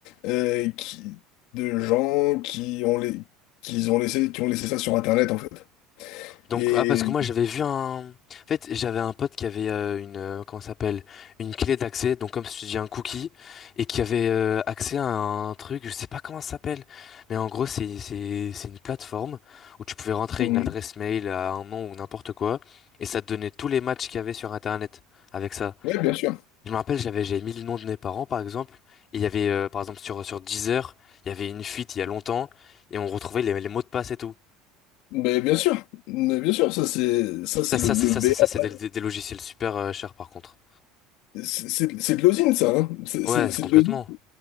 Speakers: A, on the left (about 65°); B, on the left (about 35°).
A: euh, qui- de gens qui ont, les, qui ont laissé, qui ont laissé ça sur Internet, en fait.
B: Donc,
A: Et
B: ah, parce que moi, j'avais vu un... En fait, j'avais un pote qui avait euh, une... euh, Comment ça s'appelle? Une clé d'accès, donc comme si tu dis un cookie, et qui avait euh, accès à un truc, je sais pas comment ça s'appelle, mais en gros, c'est c'est c'est une plateforme où tu pouvais rentrer
A: Mhm.
B: une adresse mail à un nom ou n'importe quoi, et ça te donnait tous les matchs qu'il y avait sur Internet avec ça.
A: Ouais, bien sûr.
B: Je me rappelle, j'avais j'avais mis le nom de mes parents, par exemple, et il y avait, euh, par exemple, sur, sur Deezer, il y avait une fuite il y a longtemps, et on retrouvait les, les mots de passe et tout.
A: Mais bien sûr, mais bien sûr, ça c'est ça c'est
B: Ça, ça,
A: le, le
B: c'est ça,
A: B.
B: c'est ça, c'est
A: A.
B: des, des- des logiciels super euh, chers par contre.
A: C'est c'est- c'est de l'osine, ça, hein. C'est
B: Ouais,
A: c'est-
B: c'est
A: c'est
B: complètement.
A: de l'osine.